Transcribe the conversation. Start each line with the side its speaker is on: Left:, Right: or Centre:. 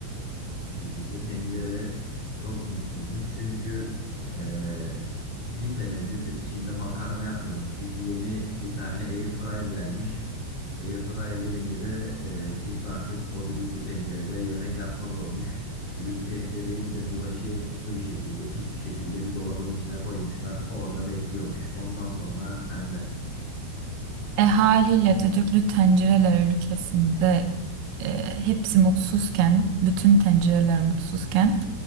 Left: Düdüklü tencere çok mutsuzmuş çünkü eee, bir senedir içinde makarna yapmıyormuş. Çünkü yeni bir tane air fryer gelmiş. Air fryer gelince de eee, kimse artık o düdüklü tencerede yemek yapmaz olmuş. Düdüklü tencereyi bir de bulaşıklı bir şekilde, pis bir şekilde bir dolabın içine koymuşlar. Orada bekliyormuş. Ondan sonra sende.
Right: E haliyle düdüklü tencereler ülkesinde e, hepsi mutsuzken, bütün tencereler mutsuzken